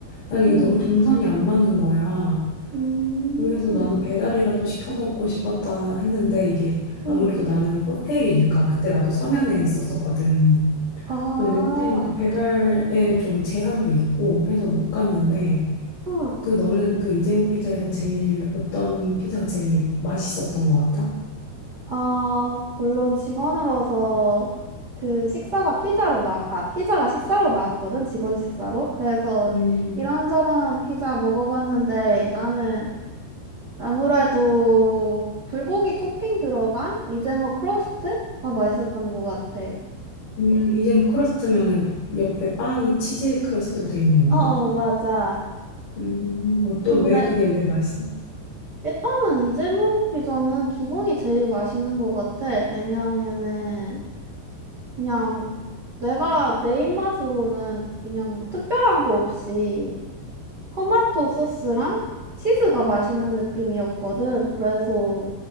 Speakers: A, on the left; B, on the right.
A: 난 이게
B: 응.
A: 너무 동선이 안 맞는 거야.
B: 음,
A: 그래서 나는 배달이라도 시켜 먹고 싶었다 했는데 이게 아무래도
B: 음,
A: 나는 호텔이니까 그때 나도 서면에 있었었거든.
B: 아,
A: 근데 이제 호텔이니까 배달에 좀 제한도 있고 해서 못 갔는데
B: 음,
A: 그 너는 그 이재모 피자에서 제일 어떤 피자가 제일 맛있었던 것 같아?
B: 아, 물론 직원으로서 그 식사가 피자로 나, 아, 피자가 식사로 나왔거든, 직원 식사로. 그래서
A: 음,
B: 이런저런 피자 먹어봤는데 나는 아무래도 불고기 토핑 들어간 이재모 크러스트가 맛있었던 것 같아.
A: 음, 이재모 크러스트면은 옆에 빵이 치즈 크러스트로 돼 있는 건가?
B: 어, 어, 맞아.
A: 음, 어떤
B: 근데
A: 왜 그게 왜 맛있어?
B: 일단은 이재모 피자는 기본이 제일 맛있는 것 같아. 왜냐하면은 그냥 내가 내 입맛으로는 그냥 특별한 거 없이 토마토 소스랑 치즈가 맛있는 느낌이었거든. 그래서